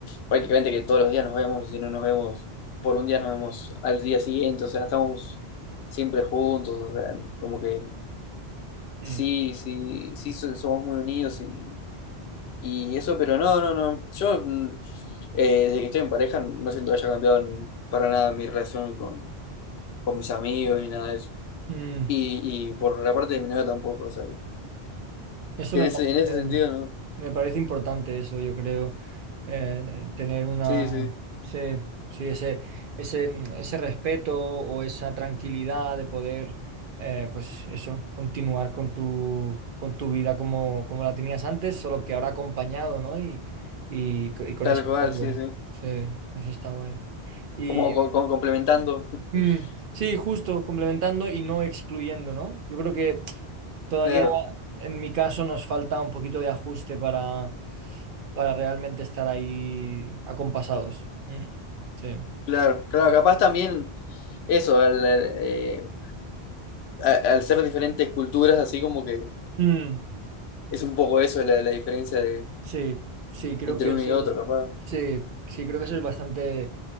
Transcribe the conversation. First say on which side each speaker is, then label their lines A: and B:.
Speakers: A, on the left (about 75°); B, on the right (about 60°).
A: prácticamente que todos los días nos vemos, y si no nos vemos por un día nos vemos al día siguiente, o sea, estamos siempre juntos, o sea, como que
B: mm,
A: sí, sí, sí so- somos muy unidos y, Y eso, pero no, no, no. Yo, mm, eh, desde que estoy en pareja, no siento que haya cambiado en- para nada mi relación con, con mis amigos ni nada de eso.
B: mm.
A: Y, y por la parte de mi novia tampoco, o sea, que
B: Eso
A: que
B: me
A: en ese,
B: parece,
A: en ese sentido, ¿no?
B: me parece importante, eso yo creo, eh, tener una,
A: Sí, sí,
B: sí, sí, ese, ese, mm, ese respeto o esa tranquilidad de poder, eh, pues eso, continuar con tu, con tu vida como, como la tenías antes, solo que ahora acompañado, ¿no? Y, y, co- y con
A: tal
B: ese
A: cual,
B: apoyo,
A: sí, sí.
B: sí, eso está guay. Y
A: Como, co- como complementando. <laughs>
B: mm, sí, justo, complementando y no excluyendo, ¿no? Yo creo que Todavía
A: Claro,
B: en mi caso nos falta un poquito de ajuste para, para realmente estar ahí acompasados. Mm, sí.
A: claro, claro. Capaz también eso, al, al, eh, a- al ser diferentes culturas, así como que
B: Mm,
A: es un poco eso la, la diferencia de,
B: sí, sí, creo
A: entre
B: que
A: uno
B: eso
A: y otro,
B: es,
A: capaz.
B: sí, sí, creo que eso es bastante,